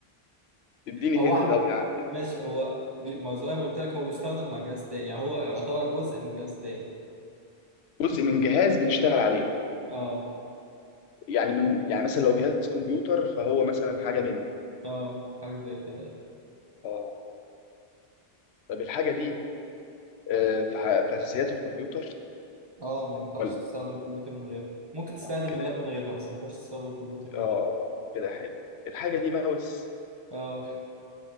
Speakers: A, on the left; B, on the right.
A: اديني
B: هو
A: هنت
B: احنا
A: طب يا عم كده
B: ماشي هو بي... ما زي ما قلت لك هو بيستخدم مع جهاز تاني يعني هو يعتبر جزء من جهاز تاني
A: جزء من جهاز بنشتغل عليه
B: اه
A: يعني من يعني مثلا لو جهاز كمبيوتر فهو مثلا حاجه مني
B: اه حاجة زي كده يعني
A: اه طب الحاجه دي آه، في ح- في اساسيات الكمبيوتر
B: اه ما ينفعش
A: ولا
B: تستخدم الكمبيوتر من غيرها ممكن تستخدم
A: آه، كده
B: اللاب من غيرها بس ما ينفعش تستخدم الكمبيوتر من
A: اه
B: غيرها
A: كده حلو الحاجه دي ماوس
B: اه